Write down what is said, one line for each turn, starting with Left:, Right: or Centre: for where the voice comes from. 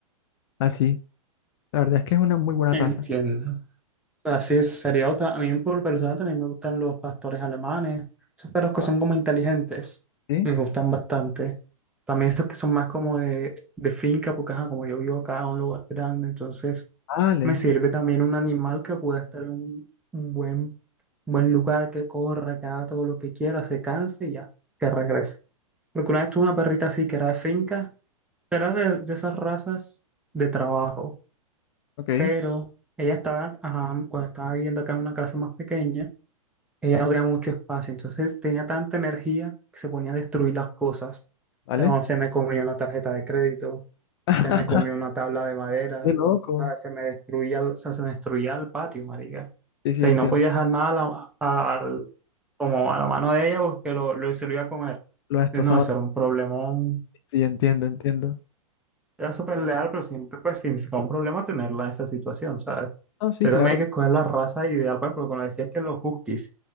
Left: así. La verdad es que es una muy buena
Centre: Entiendo.
Left: raza.
Centre: Así es, sería otra. A mí por personal también me gustan los pastores alemanes, esos perros que
Left: Ah,
Centre: son como inteligentes,
Left: ¿Sí?
Centre: me gustan bastante. También esos que son más como de, de finca, porque ajá, como yo vivo acá en un lugar grande, entonces
Left: Vale.
Centre: me sirve también un animal que pueda estar en un, un buen, un buen lugar, que corra, que haga todo lo que quiera, se canse y ya, que regrese. Porque una vez tuve una perrita así que era de finca, era de, de esas razas de trabajo
Left: Ok,
Centre: pero ella estaba, ajá, cuando estaba viviendo acá en una casa más pequeña, ella no tenía mucho espacio, entonces tenía tanta energía que se ponía a destruir las cosas. O
Left: ¿vale?
Centre: sea, no, se me comió una tarjeta de crédito,
Left: <laughs>
Centre: se me comió una tabla de madera,
Left: Qué loco.
Centre: o sea, se me destruía, el- o sea, se me destruía el patio, marica. O
Left: Sí, sí,
Centre: sea,
Left: entiendo.
Centre: y no podía dejar nada a la, a- al- como a la mano de ella porque lo, lo, se lo iba a comer.
Left: Lo has destrozado.
Centre: Entonces, No, eso era un problemón.
Left: Sí, entiendo, entiendo.
Centre: Era súper leal, pero siempre pues significaba un problema tenerla en esa situación, ¿sabes?
Left: No, sí,
Centre: Entonces
Left: claro.
Centre: también hay que escoger la raza ideal, por ejemplo, cuando decías que los huskies,